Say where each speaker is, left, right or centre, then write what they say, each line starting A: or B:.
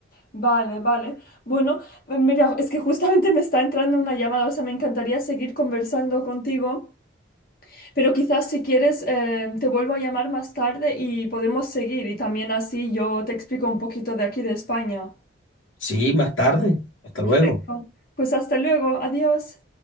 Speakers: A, on the left; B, on the left.
A: Vale, vale. Bueno, mira, es que justamente me está entrando una llamada, o sea, me encantaría seguir conversando contigo. Pero quizás si quieres, eh, te vuelvo a llamar más tarde y podemos seguir. Y también así yo te explico un poquito de aquí de España.
B: sí, más tarde. Hasta
A: Perfecto.
B: luego.
A: Pues hasta luego. Adiós.